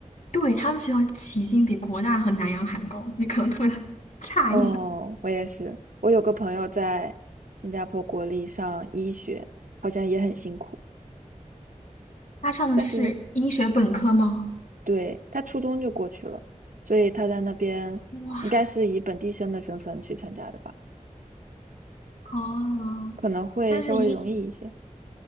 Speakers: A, on the left; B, on the right.
A: 对，他们学校起薪比国大和南洋还高，你可能特别 <laughs> 诧异。
B: 哦，我也是。我有个朋友在新加坡国立上医学，好像也很辛苦，
A: 他上的是医学本科吗？
B: 但是对，他初中就过去了，所以他在那边应该是以本地生的身份去参加的吧，
A: 哇哦！
B: 可能会稍微容易一些。
A: 但是医